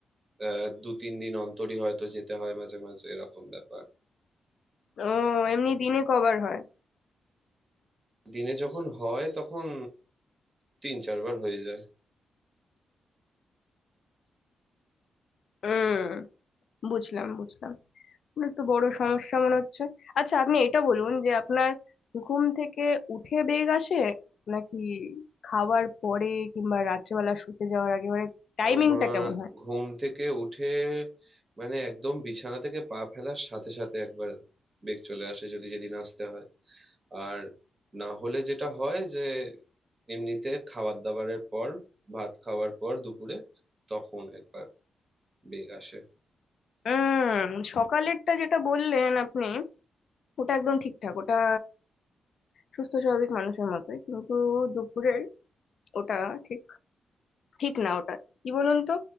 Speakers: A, on the right (about 30°); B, on the left (about 65°).
A: আহ, দু তিন দিন অন্তরই হয়তো যেতে হয় মাঝে মাঝে এরকম ব্যাপার
B: ও এমনি দিনে কবার হয়
A: দিনে যখন হয় তখন তিন চারবার হয়ে যায়
B: হুম বুঝলাম বুঝলাম তাহলে তো বড় সমস্যা মনে হচ্ছে আচ্ছা আপনি এটা বলুন যে আপনার ঘুম থেকে উঠে বেগ আসে নাকি খাওয়ার পরে কিংবা রাত্রেবেলা শুতে যাওয়ার আগে মানে টাইমিংটা
A: আমার
B: কেমন হয়
A: ঘুম থেকে উঠে মানে একদম বিছানা থেকে পা ফেলার সাথে সাথে একবার বেগ চলে আসে যদি যেদিন আসতে হয় আর না হলে যেটা হয় যে এমনিতে খাবার দাবারের পর ভাত খাওয়ার পর দুপুরে তখন একবার বেগ আসে
B: উম সকালেরটা যেটা বললেন আপনি ওটা একদম ঠিকঠাক ওটা সুস্থ স্বাভাবিক মানুষের মতোই কিন্তু দুপুরের ওটা ঠিক ঠিক না ওটা কি বলুন তো